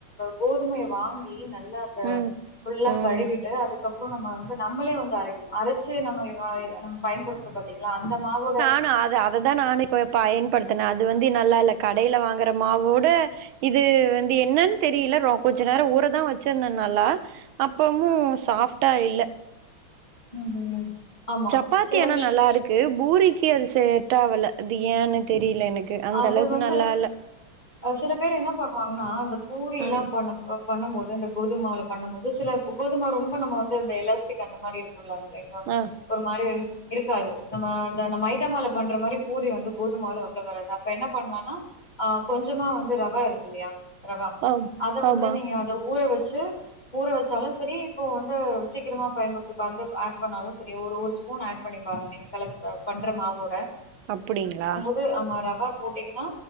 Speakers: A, on the left; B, on the right.
A: கோதுமைய வாங் டெய்லி நல்லா அத
B: ம்
A: ஃபுல்லா
B: ம்
A: கழுவிட்டு அதுக்கப்பறோ நம்ம வந்து நம்மளே வந்து அரைக்கணு அரச்சி நம்ம ஆ ய அம் பயன்படுத்துற பாத்தீங்ளா அந்த மாவோட
B: நா அது அத தா நானே இப் பயன்படுத்தின அது வந்து நல்லால்ல கடைல வாங்குற மாவோட இது வந்து என்னன் தெரில ரொ கொஞ்ச நேரோ ஊரதா வெச்சிருந்தே நல்லா அப்பமு சாஃப்ட்டா இல்ல
A: <unintelligible>
B: சப்பாத்தி
A: சில
B: ஆனா
A: விஷய
B: நல்லா இருக்கு பூரிக்கு அது சேட்டாவ்ல அது ஏனு தெரில எனக்கு அந்த
A: அது
B: அளவுக்கு
A: வந்து
B: நல்லால்ல
A: சில பேர் என்ன பண்ணுவாங்கன்னா அந்த பூரில்லா
B: ம்
A: பண்ண பண்ணு போது இந்த கோதும் மாவுல பண்ணு போது சில கோதும மாவு ரொம்ப நம்ம வந்து இந்த எலாஸ்டிக் அந்த மாரி இருக்கு ல்ல
B: ஆ
A: <unintelligible> ஒரு மாரி இருக்காது நம்ம அந்த நம்ம மைதா மாவுல பண்ற மாரி பூரி வந்து கோதும்மாவ்ல அவ்வளவவ் வராது அப்ப என்ன பண்ணலானா ஆ கொஞ்சமா வந்து ரவா இருக்கு இல்லையா ரவா
B: ஆம்
A: அத வந்து
B: ஆமா
A: நீங்க அத ஊற வெச்சி ஊற வச்சாலு சரி இப்போ வந்து சீக்கரமா பயன்படுத்தக் அந்து ஆட் பண்ணாலு சரி ஒரு ஒருஸ் பூன் ஆட் பண்ணி பாருங்க நீங் கலக் ஆ பண்ற மாவோட
B: அப்படிங்ளா
A: உ ஆமா ரவா போட்டீங்கன்னா